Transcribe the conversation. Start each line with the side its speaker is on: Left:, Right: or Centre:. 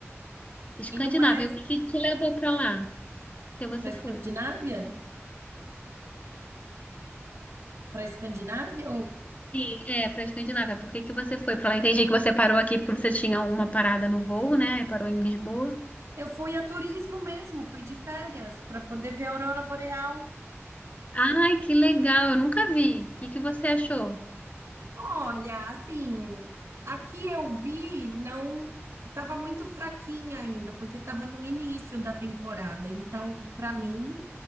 Left: Escandinávia,
Right: E no mais,
Left: o que que te levou pra lá? Por que você
Right: para Escandinávia?
Left: foi?
Right: Para Escandinávia? Eu,
Left: Sim, é, pra Escandinávia. Por que que você foi pra lá? Entendi que você parou aqui porque você tinha uma parada no voo, né? Aí parou em Lisboa.
Right: eu fui a turismo mesmo, fui de férias para poder ver a aurora boreal.
Left: Ai, que legal, eu nunca vi. O que que você achou?
Right: Olha, assim, aqui eu vi, não estava muito fraquinha ainda, porque estava no início da temporada. Então, para mim,